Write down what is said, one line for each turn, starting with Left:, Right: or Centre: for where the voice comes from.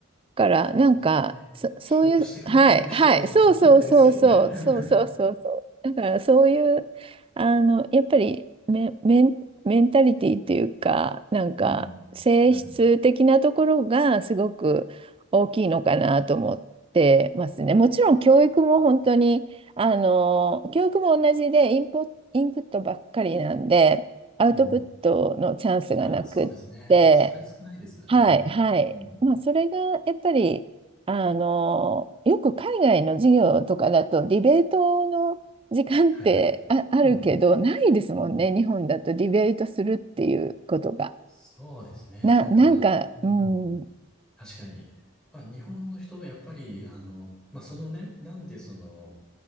Right: から、なんか、
Centre: まあ、きね、
Right: そ、そういう、
Centre: き聞こうとしてくれてる人限定ですけどね。
Right: はい、はい、そうそうそうそう、
Centre: <laughs>
Right: そうそうそうそう。だから、そういう、あの、やっぱりメ、メン、メンタリティっていうか、なんか、
Centre: うん。
Right: 性質的なところがすごく大きいのかなと思ってますね。
Centre: うん。
Right: もちろん、教育も本当に、あの、教育も同じで、インポ、インプットばっかりなんで、アウトプットのチャンスがなくって、
Centre: うん。ああ、そうですね。それ少ないですよね。
Right: はい、はい。
Centre: うん。
Right: まあ、それがやっぱり、あの、よく海外の授業とかだと、ディベートの時間ってあ、
Centre: はいはいはい。
Right: あるけど、
Centre: うん。
Right: ないですもんね、
Centre: うん。
Right: 日本だとディベートするっていうことが。
Centre: そうですね。
Right: な、
Centre: なんか、
Right: なんか、
Centre: うん。
Right: うん、
Centre: 確かに。まあ、日本の人はやっぱり、あの、まあ、そのね、なんでその、